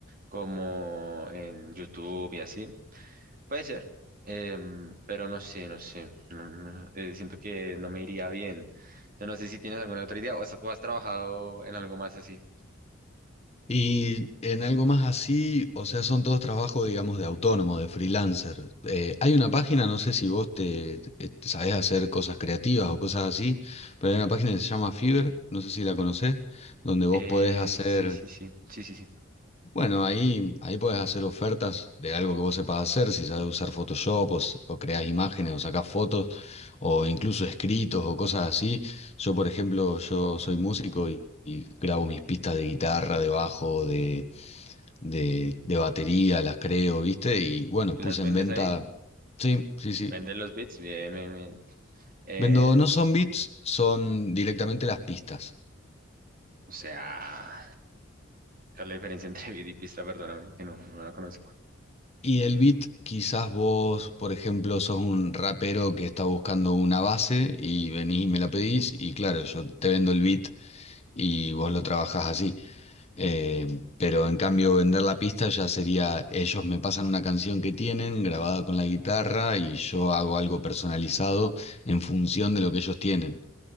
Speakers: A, on the right; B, on the left.
A: como en YouTube y así. Puede ser, em, pero no sé, no sé, no- no, eh, siento que no me iría bien. Yo no sé si tienes alguna otra idea o has, o has trabajado en algo más así.
B: Y en algo más así, o sea, son todos trabajos, digamos, de autónomo, de freelancer. Eh, hay una página, no sé si vos te, te- te sabés hacer cosas creativas o cosas así, pero hay una página que se llama Fiverr, no sé si la conocés, donde vos
A: Eh,
B: podés hacer,
A: sí, sí, sí, sí, sí, sí.
B: bueno, ahí, ahí podés hacer ofertas de algo que vos sepas hacer, si sabés usar Photoshop o, s- o creás imágenes o sacás fotos o incluso escritos o cosas así. Yo, por ejemplo, yo soy músico y, y grabo mis pistas de guitarra, de bajo, de de, de batería, las creo, ¿viste? Y bueno,
A: ¿Y
B: puse
A: las vendes
B: en venta.
A: ahí?
B: Sí, sí, sí.
A: ¿Vendes los bits? Bien, bien, bien. Eh,
B: Vendo, no son beats, son directamente las pistas.
A: o sea, ¿cuál es la diferencia entre <laughs> beat y pista? Perdóname, que no, no la conozco.
B: Y el beat, quizás vos, por ejemplo, sos un rapero que está buscando una base y venís y me la pedís, y claro, yo te vendo el beat y vos lo trabajás así. Eh, pero en cambio, vender la pista ya sería, ellos me pasan una canción que tienen grabada con la guitarra y yo hago algo personalizado en función de lo que ellos tienen.